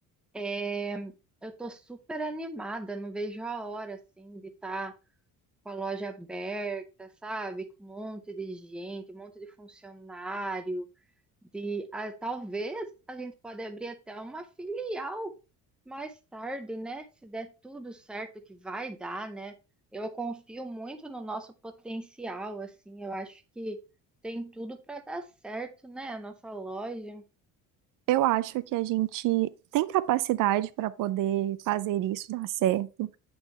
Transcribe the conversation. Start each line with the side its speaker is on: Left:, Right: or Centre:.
Centre: é, eu tô super animada, não vejo a hora assim de estar com a loja aberta, sabe? Com um monte de gente, um monte de funcionário, de ah, talvez a gente pode abrir até uma filial mais tarde, né? Se der tudo certo que vai dar, né? Eu confio muito no nosso potencial, assim, eu acho que tem tudo para dar certo, né? A nossa loja.
Right: Eu acho que a gente tem capacidade para poder fazer isso dar certo.